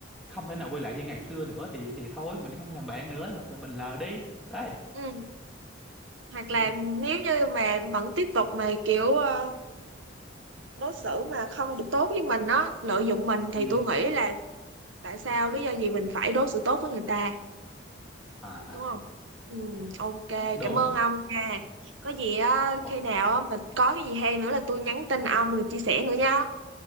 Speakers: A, in the centre; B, on the right.
A: không thể nào quay lại như ngày xưa nữa thì thì thôi mình không làm bạn nữa hoặc là mình lờ đi đấy
B: ừ. hoặc
A: ừ
B: là nếu như mà vẫn tiếp tục mà kiểu ờ, đối xử mà không được tốt với mình á lợi dụng mình thì
A: ừ
B: tôi nghĩ là tại sao lý do gì mình phải đối xử tốt với người ta
A: à à,
B: đúng không ừ, ok
A: đúng
B: cảm ơn ông nha có gì á
A: Ồ,
B: khi nào á mình có cái gì hay nữa là tôi nhắn tin ông rồi chia sẻ nữa nha